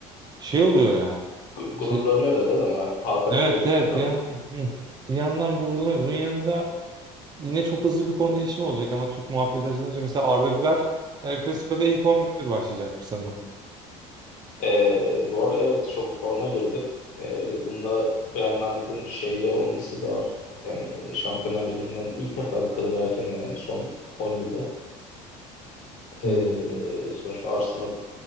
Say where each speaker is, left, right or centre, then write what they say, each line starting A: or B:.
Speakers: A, on the right (about 30°); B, on the left (about 65°).
A: şey oluyor yani.
B: Gu- Gururlanıyor
A: Şey,
B: da değil mi? Ha- Hakan
A: evet
B: gol atınca
A: evet
B: falan.
A: bir yandan hı. bir yandan gururlanıyor. Bunun yanında Yine çok hızlı bir konu değişimi olacak ama Türk muhabbeti açılınca mesela Arda Güler El Clasico'da ilk 11 başlayacak sanırım.
B: Ee, bu arada evet çok forma girdi. Ee, bununla Real Madrid'in şeyde olması da var. Yani Şampiyonlar Ligi'nden ilk defa bu kadar erken elendi son 10 yılda. Ee,
A: Hmm.
B: sonuçta Arsenal